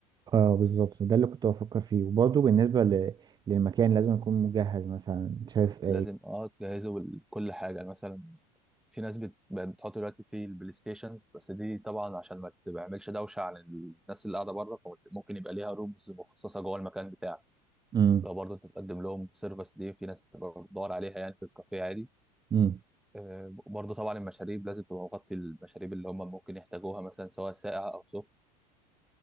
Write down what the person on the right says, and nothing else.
اه بالظبط ده اللي كنت بفكر فيه وبرضه بالنسبة ل... للمكان لازم يكون مجهز مثلا شايف ايه
امم
امم